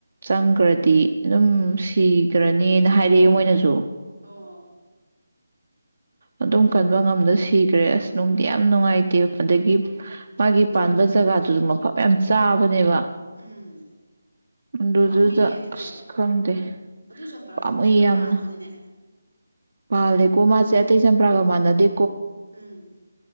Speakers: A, on the right; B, on the right.
A: ꯆꯪꯈ꯭ꯔꯗꯤ ꯑꯗꯨꯝ
B: ꯎꯝ
A: ꯁꯤꯈ꯭ꯔꯅꯦꯅ ꯍꯥꯏꯔꯛꯑꯦ ꯃꯣꯏꯅꯁꯨ
B: ꯑꯣ
A: ꯑꯗꯨꯝ ꯀꯟꯕ ꯉꯝꯗꯅ ꯁꯤꯈ꯭ꯔꯦ ꯑꯁ ꯅꯨꯡꯗꯤ ꯌꯥꯝ ꯅꯨꯡꯉꯥꯏꯇꯦ ꯑꯗꯒꯤ ꯃꯥꯒꯤ ꯄꯥꯟꯕ ꯖꯒꯥꯗꯨꯁꯨ ꯃꯐꯝ ꯌꯥꯝ ꯆꯥꯕꯅꯦꯕ
B: ꯎꯝ
A: ꯗꯨꯗꯨꯗ
B: ꯄꯥꯝꯃꯨꯏꯌꯦ ꯑꯗꯨꯗꯤ
A: ꯑꯁ ꯈꯪꯗꯦ
B: ꯑꯗꯨ ꯆꯝꯄ꯭ꯔꯥꯗꯣ
A: ꯄꯥꯝꯃꯨꯏ
B: ꯐꯖꯅ
A: ꯌꯥꯝꯅ
B: ꯄꯥꯟꯕꯅꯤꯅꯦ
A: ꯄꯥꯜꯂꯤ ꯃꯥꯁ‌ꯦ ꯑꯇꯩ ꯆꯝꯄ꯭ꯔꯒ ꯃꯥꯅꯗꯦ
B: ꯎꯝ